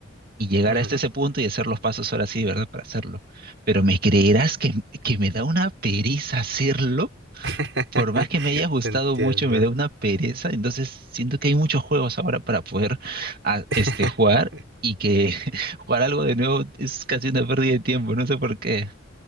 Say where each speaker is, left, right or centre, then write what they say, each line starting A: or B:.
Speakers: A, on the right (about 50°); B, on the right (about 75°).
A: y llegar
B: ujú.
A: hasta ese punto y hacer los pasos ahora sí, de verdad, para hacerlo. Pero me creerás que, que me da una pereza hacerlo,
B: <laughs>
A: por más que me haya gustado
B: Entiendo.
A: mucho, me da una pereza. Entonces siento que hay muchos juegos ahora para poder a-
B: <laughs>
A: este, jugar y que <laughs> jugar algo de nuevo es casi una pérdida de tiempo, no sé por qué.